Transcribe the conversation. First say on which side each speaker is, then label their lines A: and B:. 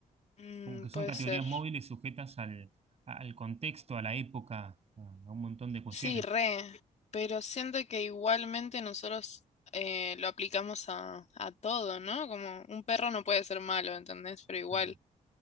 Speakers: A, on the left; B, on the right.
A: Mm,
B: como que son
A: puede
B: categorías
A: ser.
B: móviles sujetas al, al contexto, a la época, a, a un montón de cuestiones.
A: Sí, re. Pero siento que igualmente nosotros eh, lo aplicamos a, a todo, ¿no? Como un perro no puede ser malo, ¿entendés? Pero igual
B: Tal